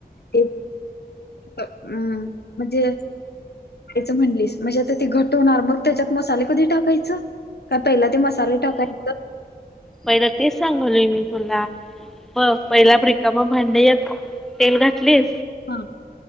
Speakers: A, on the left; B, in the centre.
A: ते अ अम् म्हणजे याच म्हणलीस, म्हणजे आता ते घट्ट होणार, मग त्याच्यात मसाले कधी टाकायचं? का पहिला ते मसाले टाकायचं?
B: पहिल तेचं सांगलोय मी तुला. प-पहिला आप रिकाम भांड यात तेल घातली.
A: ह्म.